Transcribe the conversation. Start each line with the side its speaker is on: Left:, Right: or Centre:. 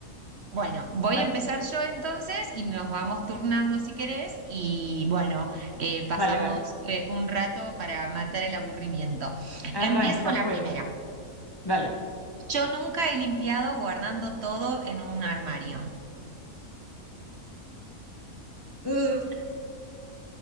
Right: Bueno, voy
Left: bueno,
Right: a empezar yo entonces y nos vamos turnando si querés y, bueno, eh, pasamos
Left: vale, vale.
Right: eh, un rato para matar el aburrimiento.
Left: Arranca,
Right: Empiezo con la
Left: pues.
Right: primera.
Left: Vale.
Right: Yo nunca he limpiado guardando todo en un armario.
Left: Mm,